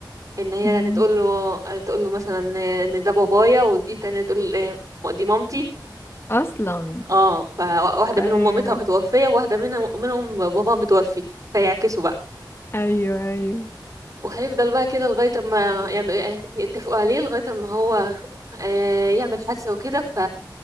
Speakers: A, on the right; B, on the left.
A: ان هي يعني
B: مم.
A: تقول له تقول له مثلا ان ده بابايا ودي تانية تقول آه، دي مامتي
B: اصلا
A: اه فواحدة
B: ايوه
A: منهم مامتها متوفية وواحدة منها منهم باباها متوفي فيعكسوا بقى
B: ايوه ايوه
A: وهيفضل بقى كده لغاية ما يعمل يتفقوا عليه لغاية ما هو آه، يعمل حادثة وكده ف